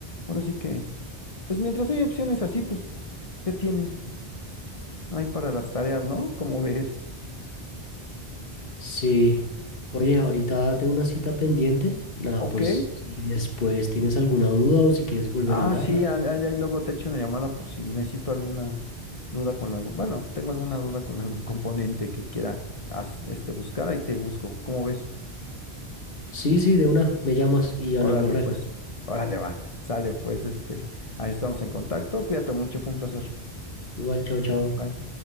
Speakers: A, on the left (about 35°); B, on the left (about 60°).
A: Ahora sí que, pues mientras hay opciones así, pues, ¿qué tiene? Hay para las tareas, ¿no? Como ves.
B: Sí. Oye, ahorita tengo una cita pendiente. Nada,
A: Ok,
B: pues si después tienes alguna duda o si quieres volver
A: Ah,
B: a hablar,
A: sí,
B: nada.
A: ahí, ahí- ahí luego te echo una llamada por si necesito alguna duda con algún, bueno, tengo alguna duda con algún <laughs> componente que quiera haz- este, buscar, ahí te busco. ¿Cómo ves?
B: Sí, sí, de una, me llamas y hablamos
A: Órale,
B: rela.
A: pues, órale, va, sale, pues, este, ahí estamos en contacto, cuídate mucho, fue un placer.
B: Igual, chao, chao.
A: Bye.